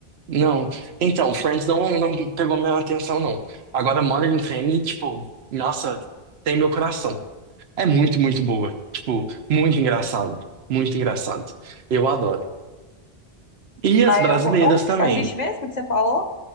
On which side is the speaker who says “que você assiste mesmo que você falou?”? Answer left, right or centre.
Left